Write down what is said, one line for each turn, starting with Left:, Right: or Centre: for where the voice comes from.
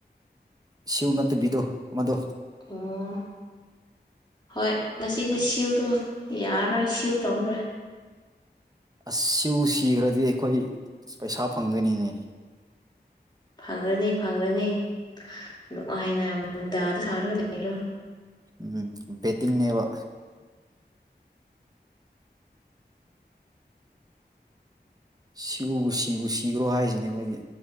Right: ꯁꯤꯎ ꯅꯠꯇꯕꯤꯗꯨ ꯑꯃꯗꯨ
Left: ꯑꯣ ꯍꯣꯏ ꯉꯁꯤꯗꯤ ꯁꯤꯎꯗꯨ ꯌꯥꯔꯣꯏ ꯁꯤꯎ ꯇꯧꯔꯦ
Right: ꯑꯁ ꯁꯤꯎ ꯁꯤꯈ꯭ꯔꯗꯤ ꯑꯩꯈꯣꯏ ꯄꯩꯁꯥ ꯐꯪꯗꯣꯏꯅꯤꯅꯦ
Left: ꯐꯪꯉ꯭ꯔꯅꯤ ꯐꯪꯉ꯭ꯔꯅꯤ ꯅꯨꯡꯉꯥꯏꯅ ꯃꯨꯟꯗꯥꯗ ꯁꯥꯔꯒ ꯂꯩꯔꯣ
Right: ꯎꯝ ꯕꯦꯇꯤꯡ ꯅꯦꯕꯥ ꯁꯤꯎꯕꯨ ꯁꯤꯕꯨ ꯁꯤꯈ꯭ꯔꯣ ꯍꯥꯏꯁꯤꯅꯦ ꯑꯩꯈꯣꯏꯗꯤ